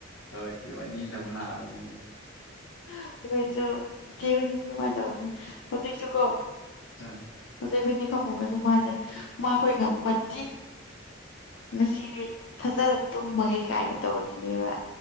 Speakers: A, on the left; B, on the left.
A: ꯍꯣꯏ ꯂꯕꯨꯅꯕꯅꯦ
B: ꯑꯩꯈꯣꯏꯁꯨ ꯏꯆꯦ ꯍꯣꯏꯅꯤꯁꯨ ꯑꯗꯨꯃꯥꯏꯅ ꯇꯧꯧꯕꯅꯦ ꯍꯧꯖꯤꯛꯁꯨ ꯀꯣ
A: ꯍꯣꯏ
B: ꯍꯧꯖꯤꯛꯅꯤ ꯐꯝ ꯑꯃꯁ ꯃꯥꯁꯦ ꯃꯥꯈꯣꯏ ꯉꯝꯃꯠꯇꯤ ꯉꯁꯤꯗꯤ ꯐꯖꯅ ꯇꯨꯝꯃꯒꯦ ꯀꯥꯏꯅ ꯇꯧꯔꯤꯅꯦꯕ